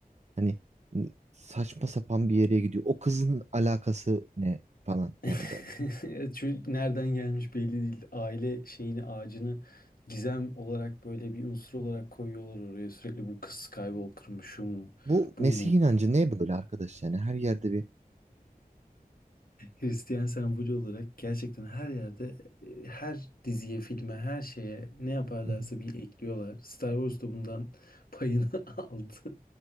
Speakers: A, on the right (about 45°); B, on the left (about 70°).
A: Hani saçma sapan bir yere gidiyor. O kızın alakası ne falan
B: <laughs>
A: yani böyle.
B: Evet, Çocuk nereden gelmiş belli değil. Aile şeyini ağacını gizem olarak böyle bir unsur olarak koyuyorlar oraya. Sürekli bu kız Skywalker mı şu mu
A: Bu Mesih
B: bu mu?
A: inancı ne böyle arkadaş yani her yerde bir
B: Hristiyan sembolü olarak gerçekten her yerde e, her diziye filme her şeye ne yaparlarsa
A: Hı hı.
B: bir ekliyorlar. Star Wars da bundan payını <laughs> aldı.